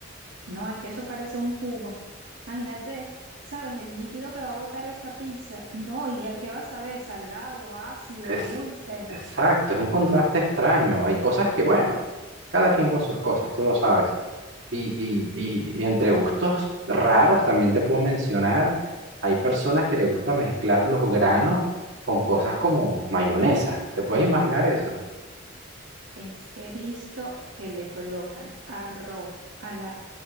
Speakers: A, on the right; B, on the right.
A: No, es que eso parece un jugo. Imagínate, ¿sabes? El líquido que va a botar esa pizza. No, ¿y a qué vas a ver? ¿Salado, ácido,
B: Es,
A: dulce?
B: exacto, es un contraste extraño. Hay cosas que, bueno, cada quien con sus cosas, tú lo sabes. Y, y, y, y entre gustos raros también te puedo mencionar, hay personas que le gusta mezclar los granos con cosas como mayonesa. ¿Te puedes imaginar eso?
A: Es que he visto que le colocan arroz a la